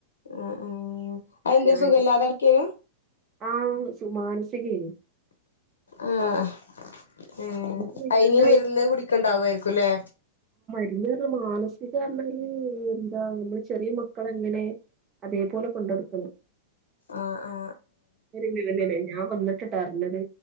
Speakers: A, on the left; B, on the right.
A: അ ആ അതെന്തേ
B: ഞാൻ
A: സുഖല്ലാതെ കെടക്കേന്നു
B: ആ സു മാനസികേനു
A: ആ അ ഏ
B: അത് വയ്യാണ്ടായി
A: അയ്ന് മെരുന്ന് കുടിക്കണ്ടാർക്കും ലേ
B: <unintelligible> മാനസികായ്ര്ന്നെങ്കിൽ ന്താ നമ്മള് ചെറിയ മക്കളെങ്ങനെ അതേ പോലെ കൊണ്ടടക്കണം.
A: ആ ആ
B: <unintelligible> ഞാ വന്ന് ക്ക ട്ടർഞ്ഞത്.